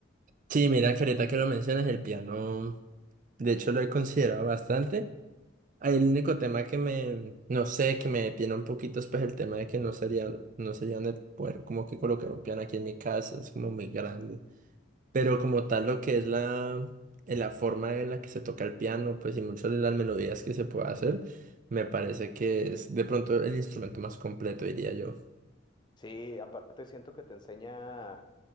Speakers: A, on the right; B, on the left.
A: Sí, mira que ahorita que lo mencionas, el piano, de hecho lo he considerado bastante. El único tema que me, no sé, que me detiene un poquito es pues el tema de que no sería, no sería de poder como que colocar un piano aquí en mi casa, es como muy grande. Pero como tal, lo que es la, eh, la forma en la que se toca el piano, pues y muchas de las melodías que se puede hacer, me parece que es de pronto el instrumento más completo, diría yo.
B: Sí, aparte siento que te enseña